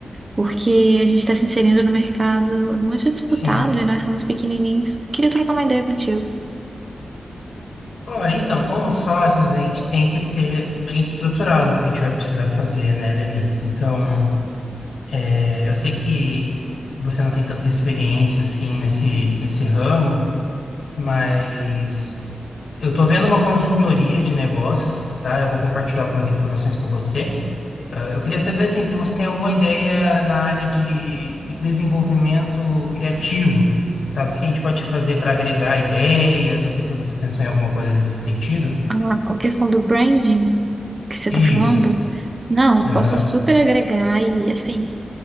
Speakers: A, on the right (about 25°); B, on the left (about 65°).
A: porque a gente está se inserindo no mercado muito disputado
B: Sim.
A: e nós somos pequenininhos. Queria trocar uma ideia contigo.
B: Olha, então, como sócios, a gente tem que ter bem estruturado o que a gente vai precisar fazer, né, Lenice? Então, é, eu sei que você não tem tanta experiência, assim, nesse, nesse ramo, mas eu tô vendo uma consultoria de negócios, tá? Eu vou compartilhar algumas informações com você. Ah, Eu queria saber assim, se você tem alguma ideia na área de, de desenvolvimento criativo, sabe? O que a gente pode fazer para agregar ideias? Não sei se você pensou em alguma coisa nesse sentido.
A: A a questão do branding que você está
B: Isso.
A: falando, não,
B: Aham.
A: posso super agregar e, assim,